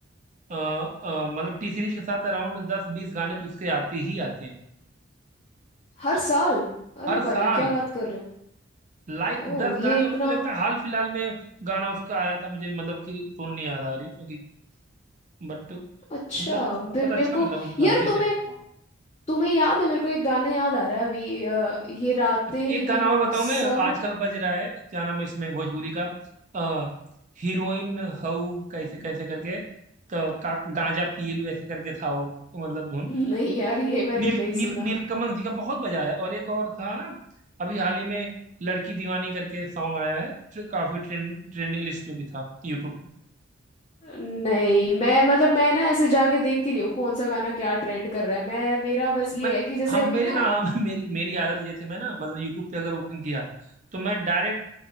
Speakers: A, on the right; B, on the left.
A: अ, अ, मतलब टी सीरीज के साथ अराउंड दस बीस गाने तो उसके आते ही आते हैं
B: हर साल अरे
A: हर साल
B: भाई क्या बात कर रहे हो
A: लाइक
B: ओ
A: दस
B: ये
A: गाने
B: इतना
A: अभी मुझे लगता है हाल फिलहाल में गाना उसका आया था मुझे मतलब कि टोन नहीं याद आ रही क्योंकि बट मतलब
B: अच्छा
A: बहुत
B: फिर
A: अच्छा
B: मेरे
A: मतलब
B: को
A: उनका
B: यार
A: टी
B: तुम्हें
A: सीरीज का गाना
B: तुम्हें याद है मेरे को एक गाना याद आ रहा है अभी अ, ये रातें
A: अच्छा एक
B: ये
A: गाना
B: मौसम
A: और बताऊं मैं आजकल बज रहा है क्या नाम है इसमें भोजपुरी का आ, हीरोइन हऊ कैसे कैसे करके तो का, गांजा पिएलू ऐसे करके था वो मतलब धुन
B: नहीं यार ये मैंने
A: नील
B: नहीं
A: नील
B: सुना
A: नीलकमल जी का बहुत बजा है और एक और था ना अभी हाल ही में लड़की दीवानी करके सॉन्ग आया है जो काफी ट्रेंड ट्रेंडिंग लिस्ट पे भी था यूट्यूब पे
B: नहीं मैं मतलब मैं ना ऐसे जाके देखती नहीं हूँ कौन सा गाना क्या ट्रेंड कर रहा है मैं मेरा बस
A: नहीं
B: ये
A: मैं
B: है कि जैसे
A: हम
B: अभी
A: मेरी
B: ना
A: ना हम मेरी मेरी आदत ये थी मैं ना मतलब यूट्यूब पे अगर ओपन किया तो मैं डायरेक्ट